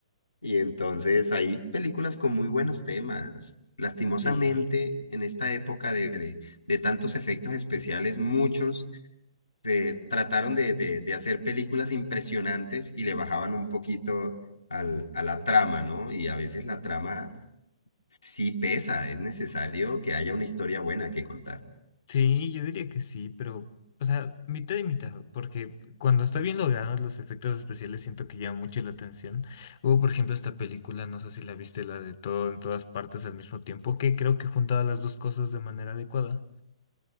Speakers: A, on the left; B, on the left.
A: Y entonces hay películas con muy buenos temas. Lastimosamente,
B: Sí.
A: en esta época de, de, de tantos efectos especiales, muchos se trataron de, de, de hacer películas impresionantes y le bajaban un poquito al, a la trama, ¿no? Y a veces la trama sí pesa, es necesario que haya una historia buena que contar.
B: Sí, yo diría que sí, pero, o sea, mitad y mitad, porque cuando está bien logrado los efectos especiales siento que llaman mucho la atención. Hubo, por ejemplo, esta película, no sé si la viste, la de todo en todas partes al mismo tiempo, que creo que juntaba las dos cosas de manera adecuada.